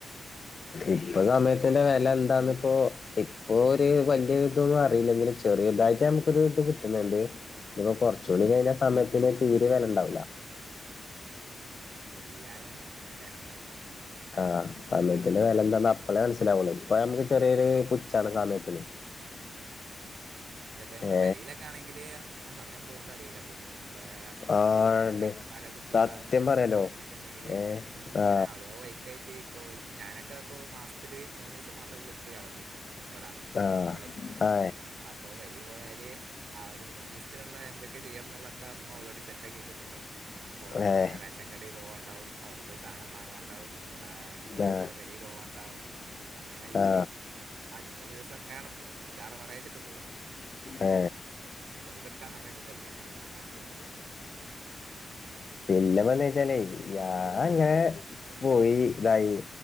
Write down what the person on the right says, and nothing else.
ഉം,
ഉം.
കുറച്ചും
കൂടി
കഴിഞ്ഞാൽ
ക്ക് തീയാ നെന്നും നേരണ്ടാവൂല
<unintelligible> നമ്മൾ
പേരലൊക്കെ ആണെങ്കിൽ ആ സമയം പോകുന്നത് അറിയില്ല ഇപ്പൊ ഞമ്മളെ
എന്ത്
പെങ്ങമാരെ കുട്ടികളോ
അങ്ങനൊക്കെ ഉണ്ടെങ്കിൽ
ഇങ്ങനെ
ഓരോ വൈക്കായിട്ട് അപ്പോ ഞാനൊക്കെ അപ്പോ മാസത്തിൽ മൂന്ന് ദിവസം മാത്രേള്ളൂ അവധി ഇവിടെ
കോളേജിന്ന്
അപ്പോ പേരി പോയാൽ ആ ഒരു മൂന്ന് ദിവസത്തിനുള്ള എന്തൊക്കെ ചെയ്യണം എന്നുള്ളതക്കെ അമ്മ ഓൾറെഡി സെറ്റ് ആക്കി വെച്ചിട്ടുണ്ടാവും പോ
റേഷൻ കടേൽ പോവണ്ടാവും അവിടെ പോയി സാന വാങ്ങാണ്ടാവും ഇവിടെ ഓരോരുത്തരെ
പേരിൽ പോകണ്ടാവും അങ്ങനായിട്ട്
അത് മൂന്ന് ദിവസം ഇങ്ങനെ അഡ് പോകും ചറ പറയച്ചിട്ട് പോകും
ഉം, വെറുതെ എടുക്കാൻ സമയം കിട്ടലില്ല ഞാൻ നാട്ട് പോയാൽ